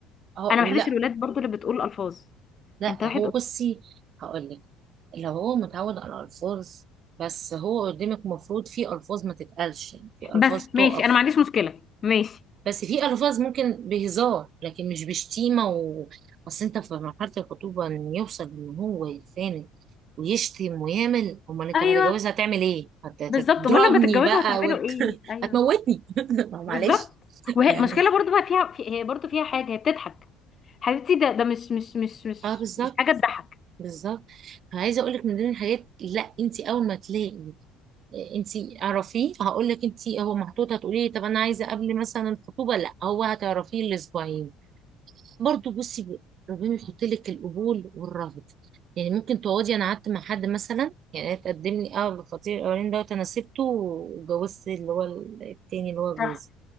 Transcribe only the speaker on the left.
انا
ما بحبش الولاد برضو اللي بتقول الفاظ
انت واحد
بس ماشي
انا ما عنديش مشكله ماشي
ايوه
بالظبط
امال لما تتجوزوا
هتعملوا
ايه
ايوه
بالظبط وهي
مشكله برضو بقى فيها في... هي برضو فيها حاجه هي بتضحك حبيبتي ده ده مش مش مش مش
مش حاجه تضحك
صح